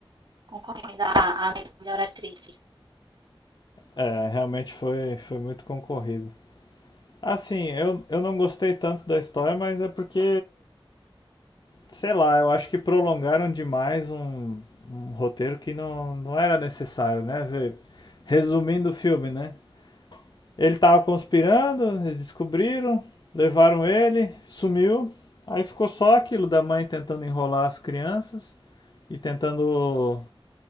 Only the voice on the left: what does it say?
é, realmente foi, foi muito concorrido. Assim, eu, eu não gostei tanto da história, mas é porque sei lá, eu acho que prolongaram demais um, um roteiro que não, não era necessário, né? Vê, Resumindo o filme, né? Ele tava conspirando, eles descobriram, levaram ele, sumiu. Aí ficou só aquilo da mãe tentando enrolar as crianças e tentando